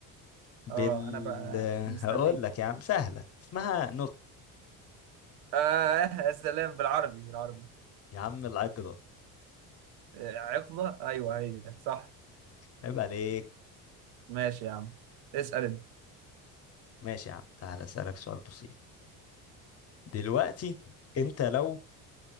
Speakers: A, on the left; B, on the right.
A: بال
B: اه انا بقى مستنيك
A: هقول لك يا عم سهلة اسمها نط
B: اه يا سلام بالعربي بالعربي
A: يا عم العقدة
B: آه، عقدة ايوه هي صح
A: عيب عليك
B: ماشي يا عم اسأل انت
A: ماشي يا عم تعال اسألك سؤال بسيط دلوقتي انت لو